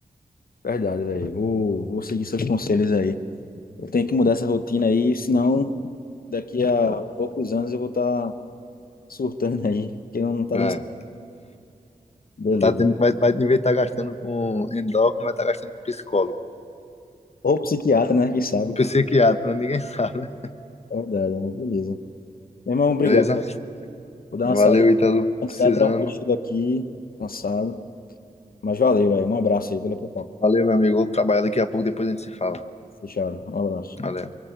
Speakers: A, on the left (about 75°); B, on the left (about 45°).
A: verdade, velho. Vou, vou seguir seus conselhos aí. Eu tenho que mudar essa rotina aí, senão daqui a poucos anos eu vou estar surtando aí, porque não tá
B: É.
A: dando certo. Beleza.
B: Tá tendo, vai, vai, em vez de estar gastando com endócrino, vai estar gastando com psicólogo.
A: Ou psiquiatra, né? Quem sabe?
B: Ou psiquiatra, né? ninguém <laughs> sabe, né?
A: É verdade, mas beleza. Meu irmão, obrigado.
B: Beleza?
A: Vou dar uma
B: Valeu,
A: saída,
B: Ítalo.
A: descansar,
B: Precisando.
A: tirar um cochilo aqui, cansado. Mas valeu, velho. Um abraço aí, valeu pelo papo.
B: Valeu, meu amigo. Vou trabalhar daqui a pouco, depois a gente se fala.
A: Fechado. Um abraço.
B: Valeu.